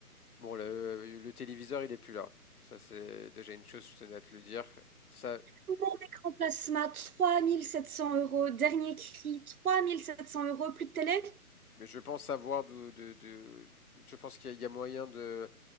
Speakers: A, on the left; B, on the right.
A: Bon, le, le téléviseur, il est plus là. Ça, c'est déjà une chose, je tenais à te le dire. Ça,
B: Mon écran plasma, 3700 euros. Dernier cri, 3700 euros. Plus de télé,
A: mais je pense savoir d'où, de, de- je pense qu'il y a, il y a moyen de,